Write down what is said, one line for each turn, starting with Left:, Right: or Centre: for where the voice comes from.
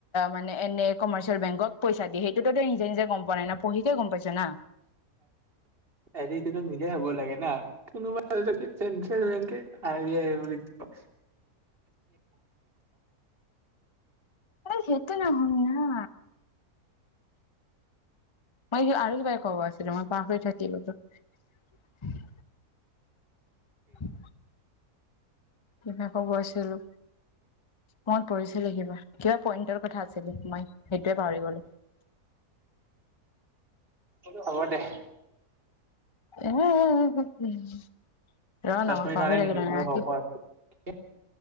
Left: মানে এনে কমাৰ্চিয়েল বেংকক পইচা দিয়ে সেইটোতো নিজে নিজে গম পোৱা নাই না পঢ়িকে গম পাইছে না
Right: হেৰিটোতো নিজে হ'ব লাগে না কোনোবা চেট্ৰেল বেংকে আৰ বি আই বুলি কয়।
Left: সেইটো নহয় ন হা মই কি আৰু কিবাৰে ক'ব আছিলো মই পাহৰি থাকি গলো উম কিবাকো গৈছিলো মন পৰিছিলে কিবা কিবা পইন্টৰ কথা আ আছিল মই সেইটোৱে পাহৰি গলো।
Right: হ'ব দে।
Left: উম। ৰ
Right: দহ
Left: না মই
Right: মিনিট
Left: পাহৰি
Right: হোৱা নাই
Left: থাকিলোঁ।
Right: নেকি অ হ'ব <unintelligible>